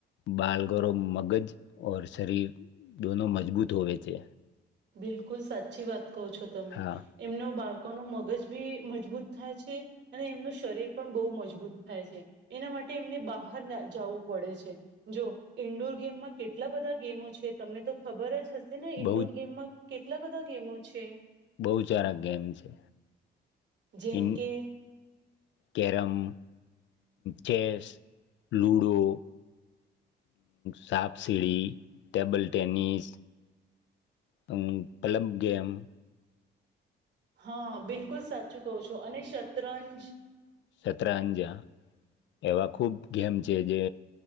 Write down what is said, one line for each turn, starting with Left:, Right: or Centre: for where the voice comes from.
Left: બાલગરો મગજ ઓર શરીર દોનો મજબૂત હોવે છે.
Right: બિલકુલ સાચી વાત કહો છો, તમે
Left: હા
Right: એમનો બાળ ન મગજ બી મજબૂત થાય છે અને એમનું શરીર પણ લોકોનું મગજ બી મજબૂત થાય છે અને એમનું શરીર પણ બઉ મજબૂત થાય છે એના માટે એમને બહાર જવું પડે છે જો ઈન્ડોર ગેમમાં કેટલા બધા ગેમો છે તમને તો ખબર જ હશે. ને
Left: બહુ
Right: ઇડોર ગેમમાં કેટલા બધા ગેમો છે.
Left: બહુ સારા ગેમ છે
Right: જેમ
Left: ઇન
Right: કે
Left: કેરમ, ચેસ, લુડો, સાપ સીડી, ટેબલ ટેનિસ હમ પ્લબ ગેમ
Right: હા બિલકુલ સા સાચું કહો છો અને શતરંજ <inaudible>
Left: સત્રઅંજા એવા ખુબ ગેમ છે જે